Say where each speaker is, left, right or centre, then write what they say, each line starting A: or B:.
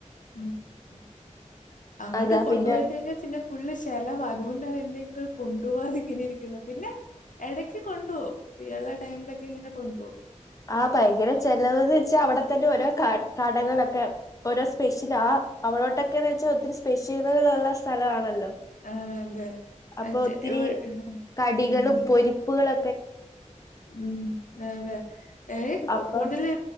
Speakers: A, on the left; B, on the left.
A: ഉം ഉം അങ്ങോട്ട്
B: അതാ
A: കൊണ്ടുപോയി
B: പിന്നെ
A: കഴിഞ്ഞാൽ പിന്നെ ഫുള്ള് ചെലവാ അതുകൊണ്ടാണ് <unintelligible> കൊണ്ടു പോവാതെങ്ങനെ ഇരിക്ക്ണ് പിന്നെ എടക്ക് കൊണ്ടുപോവും ഫ്രീയുള്ള ടൈമിലൊക്കെ ഇങ്ങനെ കൊണ്ടോവും
B: ആഹ് ഭയങ്കര ചെലവ്ന്ന് വെച്ചാ അവിടെത്തന്നെ ഓരോ കാ കടകളൊക്കെ ഓരോ സ്പെഷ്യല് ആ അവിടോട്ടൊക്കെന്ന് വെച്ചാ ഒത്തിരി സ്പെഷ്യലുകളുള്ള സ്ഥലമാണല്ലോ
A: ആ അതെ
B: അപ്പൊ
A: അതെ
B: ഒത്തിരി
A: ഇവ്
B: കടികളും
A: ഉം
B: പൊരിപ്പുകളൊ
A: ഉം അതെ ഏ
B: അപ്പൊ
A: കൂടുതല്